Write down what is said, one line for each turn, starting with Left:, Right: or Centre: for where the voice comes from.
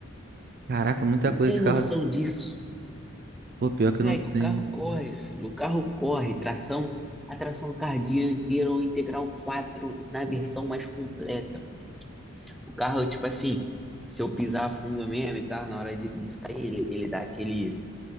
Right: Caraca, muita
Centre: Tu
Right: coisa
Centre: tem
Right: esse
Centre: noção
Right: carro.
Centre: disso?
Right: Pô, pior que
Centre: Moleque,
Right: não tem.
Centre: o carro corre, filho. O carro corre. Tração, a tração carro inteira ou integral 4 na versão mais completa, moleque. O carro, tipo assim, se eu pisar fundo mesmo e tal, na hora de, de sair, ele, ele dá aquele.